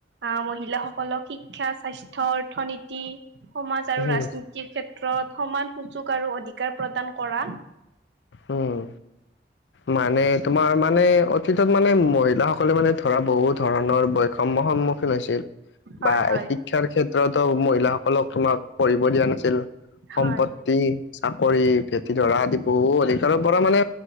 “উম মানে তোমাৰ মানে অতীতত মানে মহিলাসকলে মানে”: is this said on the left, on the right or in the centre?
Left